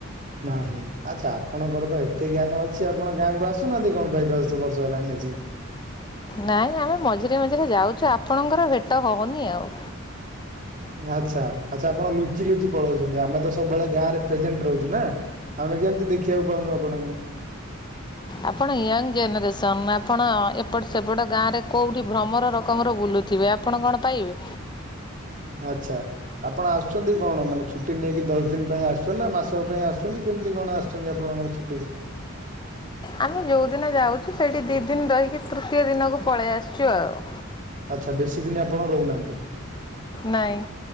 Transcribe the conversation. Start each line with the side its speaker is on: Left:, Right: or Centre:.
Right: ନାହିଁ ଆଚ୍ଛା ଆପଣଙ୍କର ତ ଏତେ ଜ୍ଞାନ ଅଛି ଆ ଆପଣ ଗାଁକୁ ଆସୁନାହାନ୍ତି କଣ ପାଇଁ ଦଶ ବର୍ଷ ହେଲାଣି ଆଜି?
Left: ନାଇଁ ଆମେ ମଝିରେ ମଝିରେ ଯାଉଛୁ ଆପଣଙ୍କର ଭେଟ ହବନି ଆଉ।
Right: ଆଚ୍ଛା ଆଚ୍ଛା ଆପଣ ଲୁଚି ଲୁଚି ପଳଉଛନ୍ତି ଆମେ ତ ସବୁବେଳେ ଗାଁ ରେ ପ୍ରେଜେଣ୍ଟ ରହୁଛୁ ନା। ଆମେ କେମତି ଦେଖିବାକୁ ପାଉନୁ ଆପଣଙ୍କୁ?
Left: ଆପଣ ୟଙ୍ଗ୍ ଜେନରେସନ୍ ଆପଣ ଏପଟ ସେପଟ ଗାଁରେ କୋଉଠି ଭ୍ରମର ରକମର ବୁଲୁଥିବେ। ଆ ଆପଣ କଣ ପାଇବେ?
Right: ଆଚ୍ଛା। ଆପଣ ଆସୁଛନ୍ତି କଣ ମାନେ ଛୁଟି ନେଇକି ଦଶ ଦିନ ପାଇଁ ଆସୁଛନ୍ତି ନା ମାସକ ପାଇଁ ଆସୁଛନ୍ତି କେମତି କଣ ଆସ ସୁଛନ୍ତି ଆପଣମାନଙ୍କ ଛୁଟିରେ?
Left: ଆମେ ଯୋଉଦିନ ଯାଉଛୁ ସେଇଠି ଦି ଦିନ ରହିକି ତୃତୀୟ ଦିନକୁ ପଳେଇ ଆସଛୁ ଆଉ।
Right: ଆଚ୍ଛା ବେଶୀ ଦିନ ଆପଣ ରହୁନାହାନ୍ତି?
Left: ନାଇଁ